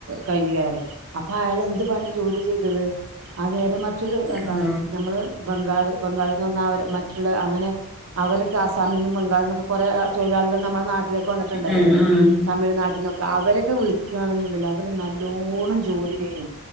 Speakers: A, on the right; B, in the centre.
A: കയ്ഞ് കേറി അപ്പൊ അയാള് എന്ത് പണി ജോലി ചെയ്തത് ആ നേരെ മറി റച്ചൊരു എന്താ
B: ഉം
A: ഞമ്മള് ബംഗാൾ ബംഗാള ന്ന് വെന്ന അവരെ മറ്റുള്ള അങ്ങനെ അവരൊക്കെ ആസാമിൽന്നും ബംഗാളിൽന്നൊക്കെ കൊറെ തൊയിലാളികൾ നമ്മുടെ നാട്ട ലേക്ക് വന്ന്ട്ട്ണ്ടല്ലോ
B: ഉം ഉം
A: തമിഴ്നാട്ട്ന്നൊക്കെ അവരൊക്കെ വിളി ക്കാണെങ്കിണ്ടല്ലോ അവര് നല്ലോണം ജോലി ചെയ്യും